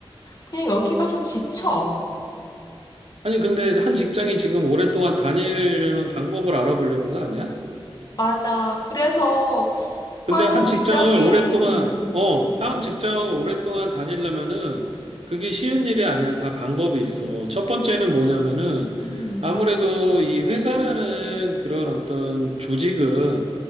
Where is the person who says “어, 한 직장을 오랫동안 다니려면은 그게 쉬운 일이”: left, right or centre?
Right